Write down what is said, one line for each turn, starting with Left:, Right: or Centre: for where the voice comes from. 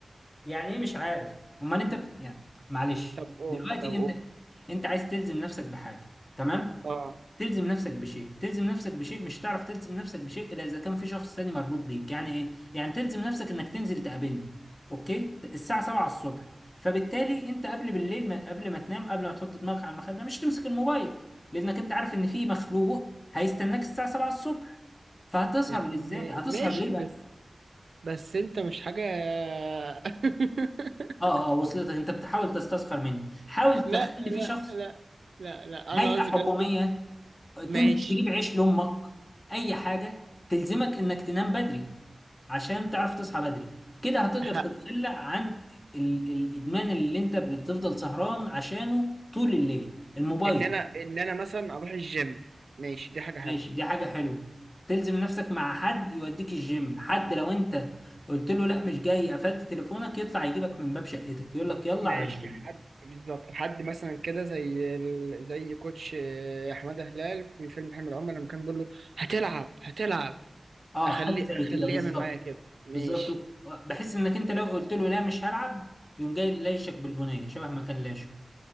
Left: يعني ايه مش عارف امال انت بت... يعني معلش
Right: طب اوه
Left: دلوقتي
Right: طب قول
Left: انت انت عايز تلزم نفسك بحاجه تمام
Right: اه
Left: تلزم نفسك بشيء تلزم نفسك بشيء مش تعرف تلزم نفسك بشيء الا اذا كان في شخص تاني مربوط بيك يعني ايه يعني تلزم نفسك انك تنزل تقابلني اوكي الساعه 7 الصبح فبالتالي انت قبل بالليل ما... قبل ما تنام قبل ما تحط دماغك على المخده مش تمسك الموبايل لانك انت عارف ان في مخلوق هيستناك الساعه 7 الصبح فهتسهر
Right: يعني
Left: ازاي هتسهر
Right: ماشي
Left: ليه
Right: بس بس انت مش حاجه <laughs>
Left: اه اه وصلتك انت بتحاول تستسخر مني حاول
Right: لا
Left: تخلي في
Right: لا
Left: شخص
Right: لا لا لا
Left: هيئة
Right: انا قصدي
Left: حكومية
Right: كلام ماشي
Left: تنزل تجيب عيش لأمك أي حاجة تلزمك إنك تنام بدري عشان تعرف تصحى بدري كده هتقدر
Right: ه-
Left: تتخلى عن ال الإدمان اللي أنت بتفضل سهران عشانه طول الليل الموبايل
Right: ان انا ان انا مثلا اروح الجيم ماشي دي حاجه حلوه
Left: ماشي دي حاجة حلوة تلزم نفسك مع حد يوديك الجيم حد لو أنت قلت له لا مش جاي قفلت تليفونك يطلع يجيبك من باب شقتك يقول لك يلا
Right: ماشي
Left: على الجيم
Right: حد بالظبط حد مثلا كده زي ال... زي كوتش آه، احمد هلال في فيلم حمل عمر لما كان بيقول له هتلعب هتلعب
Left: اه
Right: اخليه
Left: حاجة زي
Right: اخليه
Left: كده بالظبط
Right: يعمل معايا كده ماشي
Left: بالظبط بحس انك انت لو قلت له لا مش هلعب يقوم جاي لايشك بالبنيه شبه ما كان لاشك